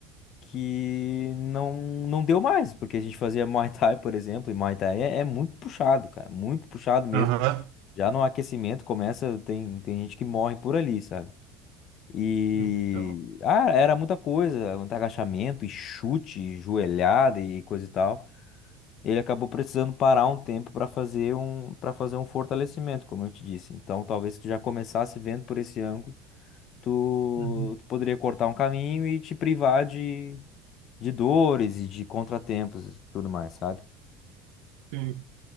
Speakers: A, on the left (about 45°); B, on the right (about 75°).
A: que não, não deu mais, porque a gente fazia Muay Thai, por exemplo, e Muay Thai é, é muito puxado, cara, muito puxado mesmo.
B: Aham.
A: Já no aquecimento começa, tem, tem gente que morre por ali, sabe? E
B: Então.
A: ah, era muita coisa, muito agachamento e chute, e joelhada e coisa e tal. Ele acabou precisando parar um tempo para fazer um para fazer um fortalecimento, como eu te disse. Então, talvez se tu já começasse vendo por esse ângulo, tu,
B: Uhum.
A: tu poderia cortar um caminho e te privar de, de dores e de contratempos e tudo mais, sabe?
B: Sim.